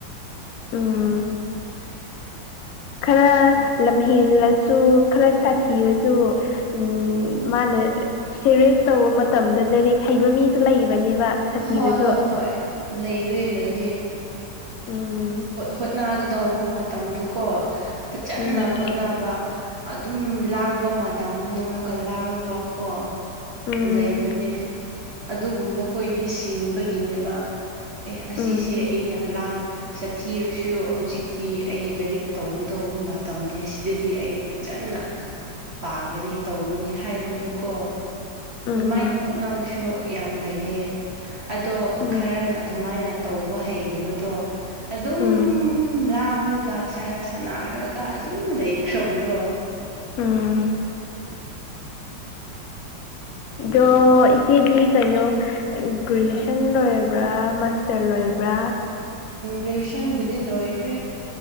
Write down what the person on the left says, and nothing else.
ꯎꯝ ꯈꯔ ꯂꯝꯍꯦꯜꯂꯁꯨ ꯈꯔ ꯁꯥꯊꯤꯔꯁꯨ ꯎꯝ ꯃꯥꯅ ꯁꯦꯔꯦꯁ ꯇꯧꯕ ꯃꯇꯝꯗ ꯂꯩꯔꯤꯛ ꯍꯩꯕ ꯃꯤꯁꯨ ꯂꯩꯕꯅꯦꯕ ꯁꯥꯊꯤꯔꯁꯨ
ꯎꯝ
ꯎꯝ
ꯎꯝ
ꯎꯝ
ꯎꯝ
ꯎꯝ ꯎꯝ
ꯎꯝ
ꯎꯝ ꯑꯗꯣ ꯏꯆꯦꯗꯤ ꯀꯩꯅꯣ ꯒ꯭ꯔꯦꯖꯨꯌꯦꯁꯟ ꯂꯣꯏꯔꯕ꯭ꯔꯥ ꯃꯥꯁꯇꯔ ꯂꯣꯏꯕ꯭ꯔꯥ